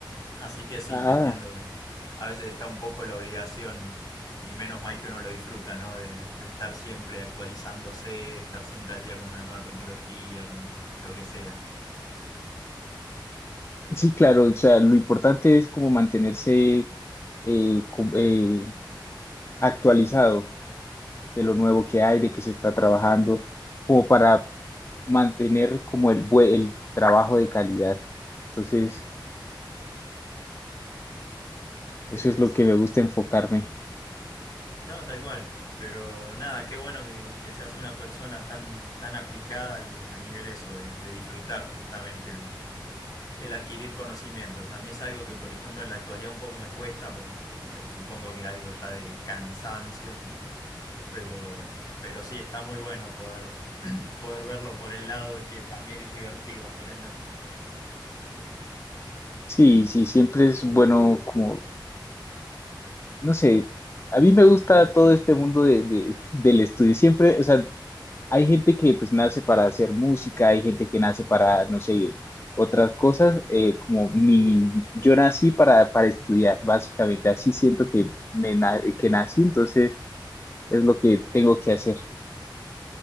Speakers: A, on the left (about 45°); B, on the left (about 30°).
A: Así que sí,
B: Ah,
A: te entiendo que a veces está un poco la obligación, y menos mal que uno lo disfruta, ¿no? De, de estar siempre actualizándose, de estar siempre al día con una nueva tecnología, con lo que sea.
B: sí, claro, o sea, lo importante es como mantenerse eh, com- eh, actualizado de lo nuevo que hay, de qué se está trabajando, como para mantener como el, bue- el trabajo de calidad. Entonces, eso
A: Es-
B: es lo que me gusta enfocarme.
A: no, tal cual. Pero nada, qué bueno que, que seas una persona tan, tan aplicada al, al nivel eso, de, de disfrutar justamente el, el adquirir conocimientos. A mí es algo que, por ejemplo, en la actualidad un poco me cuesta, por, no sé, supongo que algo ya de cansancio, <laughs> Pero, pero sí, está muy bueno poder, <clears throat> poder verlo por el lado de que también es divertido aprender.
B: Sí, sí, siempre es bueno como, no sé, a mí me gusta todo este mundo de, de- del estudio, siempre, o sea, hay gente que pues nace para hacer música, hay gente que nace para, no sé, otras cosas, eh, como mi, yo nací para, para estudiar, básicamente, así siento que, me, na- que nací, entonces es lo que tengo que hacer.